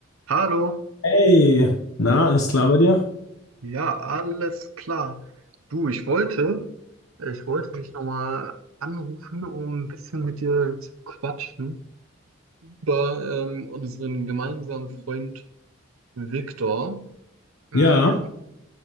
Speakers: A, on the right; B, on the left.
A: Hallo,
B: Hey, na, alles klar bei dir?
A: ja, alles klar. Du, ich wollte, ich wollte dich nochmal anrufen, um ein bisschen mit dir zu quatschen über ähm, unseren gemeinsamen Freund Viktor. Ähm,
B: Ja,